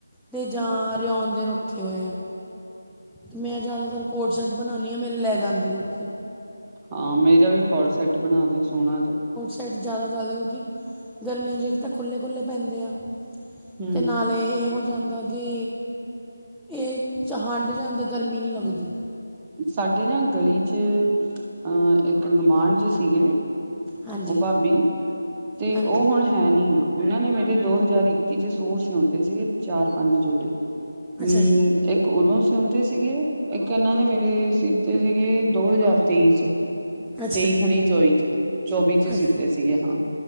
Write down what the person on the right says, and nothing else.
ਹਾਂ ਮੇਰਾ ਵੀ ਕੋਡ ਸੈਟ ਬਣਾ ਦੇਓ ਸੋਹਣਾ ਜਿਹਾ।
ਹੂੰ।
ਸਾਡੇ ਨਾ ਗਲੀ ਚ ਅਹ ਇੱਕ ਗਵਾਂਢ ਜੇ ਸੀਗੇ।
ਉਹ ਭਾਬੀ, ਤੇ
ਉਹ ਹੁਣ ਹੈ ਨਹੀਂ ਆ, ਉਹਨਾਂ ਨੇ ਮੇਰੇ ਦੋ ਹਜ਼ਾਰ ਇੱਕੀ ਚ ਸੂਟ ਸਿਉਂਤੇ ਸੀਗੇ ਚਾਰ- ਪੰਜ ਜੋੜੇ। ਹੂੰ
ਇੱਕ ਉਦੋਂ ਸਿਉਂਤੇ ਸੀਗੇ, ਇੱਕ ਇਹਨਾਂ ਨੇ ਮੇਰੇ ਸੀਤੇ ਸੀਗੇ ਦੋ ਹਜ਼ਾਰ ਤੇਈ ਚ।
ਤੇਈ
ਖਣੀ ਚੌਵੀ ਚ ਚੌਵੀ ਚ
ਸੀਤੇ ਸੀਗੇ ਹਾਂ।